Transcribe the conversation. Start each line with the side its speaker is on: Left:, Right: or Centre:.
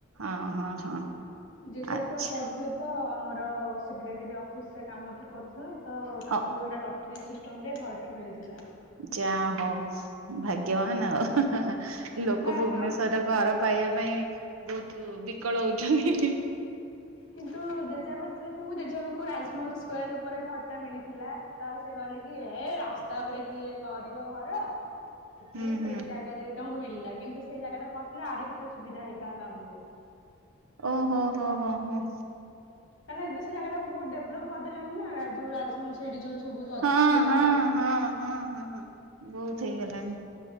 Right: ହ ହଁ ହଁ।
Left: ଜେଜେବାପା
Right: ଆଚ୍ଛା
Left: କରୁଥିଲେ ତ ଆମର ସେକ୍ରେଟେରୀ ଅଫିସ ରେ କାମ କରୁଥିଲେ। ତ ତାଙ୍କୁ
Right: ଅ
Left: ଏଇଟା ଲଟେରୀ ସିଷ୍ଟମ ରେ ଘରଟା ମିଳିଥିଲା।
Right: ଯାହା ହଉ ଭାଗ୍ୟବାନ ଆଉ ଲୋକ
Left: ନା
Right: ଭୁବନେଶ୍ଵର
Left: ଆମ
Right: ଘର ପାଇବା ପାଇଁ ବହୁତ ବିକଳ ହଉଛନ୍ତି।
Left: କିନ୍ତୁ ଜେଜେବା ଥିଲେ ତାଙ୍କୁ ଜେବାକୁ ରାଜମହଲ ସ୍କ୍ୟାର ଉପରେ ଘରଟା ମିଳିଥିଲା ତ ସେ କହିଲେ କି ଏ ରାସ୍ତା ଉପରେ କିଏ କରିବ ଘର। ସେଥିପାଇଁ
Right: ହୁଁ ହୁଁ
Left: ସେଇ ଜାଗାରେ ତାଙ୍କୁ ମିଳିଲା। କିନ୍ତୁ ସେଇ ଜାଗା ଟା ପଡ଼ିଥିଲେ ଆହୁରି କେତେ ସୁବିଧା ହେଇଥାନ୍ତା ଆମକୁ।
Right: ଓହୋ ହୋ ହୋ ହୋ ହୁଁ।
Left: କାଁ ଏବେ ସେ ଜାଗା ବହୁତ ଡେଭଲପ କରିଦେଲାନଣି ନା ଯୋଉ ରାଜମହଲ ସେଠି ଯୋଉ ସବୁ ଅଛି
Right: ହଁ
Left: ଆମର।
Right: ହଁ ହଁ ହଁ ହଁ ବହୁତ ହେଇଗଲାଣି।